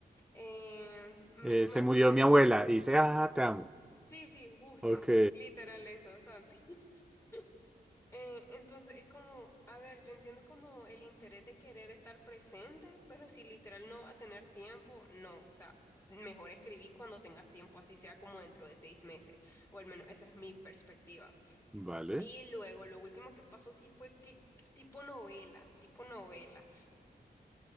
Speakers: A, on the left; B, in the centre.
A: Eh, me-
B: Eh,
A: me-
B: se murió
A: me-
B: mi abuela y dice, ah, te amo.
A: Sí, sí, justo.
B: Ok.
A: Literal eso, Santi. <laughs> Eh, entonces es como, a ver, yo entiendo como el interés de querer estar presente, pero si literal no va a tener tiempo, no. O sea, mejor escribí cuando tengas tiempo, así sea como dentro de seis meses, o al menos esa es mi perspectiva.
B: Vale.
A: Y luego, lo último que pasó sí fue que tipo novelas, tipo novelas.